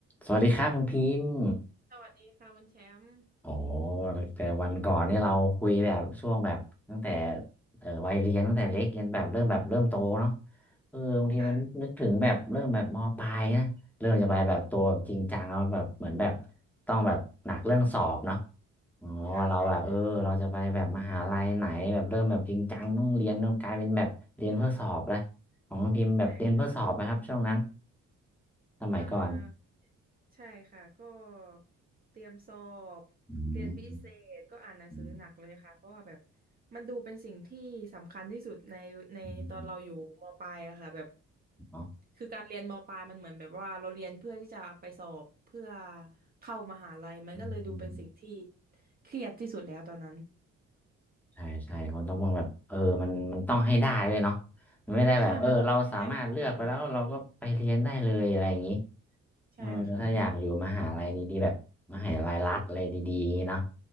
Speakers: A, in the centre; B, on the right (about 30°).
A: สวัสดีครับคุณพิมพ์
B: สวัสดีค่ะคุณแชมป์
A: โอ้แต่วันก่อนนี่เราคุยแบบช่วงแบบตั้งแต่เอ่อวัยเรียนตั้งแต่เล็กยันแบบเริ่มแบบเริ่มโตเนาะเออบางทีมันนึกถึงแบบเริ่มแบบมปลายนะเริ่มจะไปแบบตัวจริงจังแล้วแบบเหมือนแบบ
B: ค่ะ
A: ต้องแบบหนักเรื่องสอบเนาะอ๋อว่าเราแบบเออเราจะไปแบบมหาลัยไหนแบบเริ่มแบบจริงจังต้องเรียนต้องกลายเป็นแบบเรียนเพื่อสอบละ
B: ค่ะใช่ใช่
A: ของคุณพิมพ์แบบเรียนเพื่อสอบไหมครับช่วงนั้น
B: ใช่
A: สมัยก่อน
B: เอ่อใช่ค่ะก็เตรียมสอบ
A: อืม
B: เรียนพิเศษก็อ่านหนังสือหนักเลยค่ะเพราะว่าแบบ
A: อืม
B: มันดูเป็นสิ่งที่สำคัญที่สุดในในตอนเราอยู่มปลายอะค่ะแบบ
A: อืม
B: คือการเรียนมปลายมันเหมือนแบบว่าเราเรียนเพื่อที่จะไปสอบเพื่อเข้ามหาลัยมันก็เลยดูเป็นสิ่งที่
A: อืมอืม
B: เครียดที่สุดแล้วตอนนั้น
A: ใช่ใช่มันต้องว่าแบบเออมันมันต้องให้ได้เลยเนาะมันไม่ได้แบบเออเราสามารถเลือกไปแล้วเราก็ไปเรียนได้เลยอะไรอย่างนี้
B: ใช่มันต้องได้ด้วยใช่ค่ะ
A: เออถ้าอยากอยู่มหาลัยดีๆแบบมหาลัยรัฐอะไรดีๆอย่างงี้เนาะ